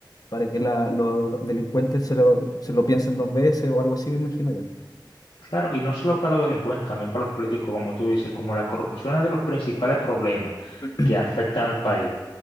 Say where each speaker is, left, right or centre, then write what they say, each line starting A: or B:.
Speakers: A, on the left; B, on the left.
A: para que la- los los delincuentes se lo, se lo piensen dos veces o algo así, me imagino yo.
B: Claro, y no solo para los delincuentes, también para los políticos, como tú dices, como la corrupción es de los principales problemas
A: <clears throat>
B: que afectan al país,